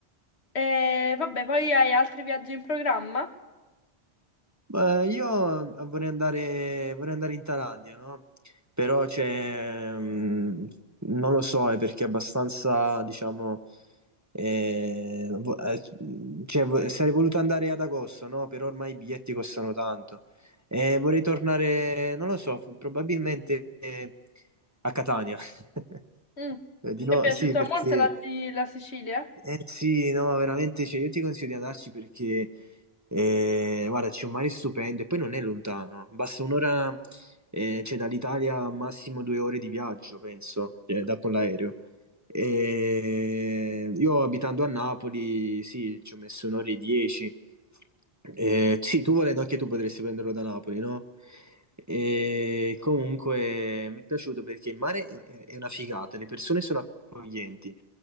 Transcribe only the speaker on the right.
Beh, io vorrei andare, vorrei andare in Thailandia, no? Però c'è, mh, non lo so, è perché è abbastanza, diciamo, eh, vo- eh, cioè, vo- sarei voluto andare ad agosto, no? Però ormai i biglietti costano tanto. E vorrei tornare, non lo so, f- probabilmente eh, a Catania. <laughs>
Eh, Di
nuovo,
sì, perché...
Eh sì, no, veramente, cioè, io ti consiglio di andarci perché, eh, guarda, c'è un mare stupendo e poi non è lontano, basta un'ora, eh, cioè, dall'Italia massimo due ore di viaggio, penso, eh, da con l'aereo. E Io abitando a Napoli, sì, ci ho messo un'ora e dieci. Eh, sì, tu volendo anche tu potresti prenderlo da Napoli, no? E comunque mi è piaciuto perché il mare è è una figata, le persone sono accoglienti.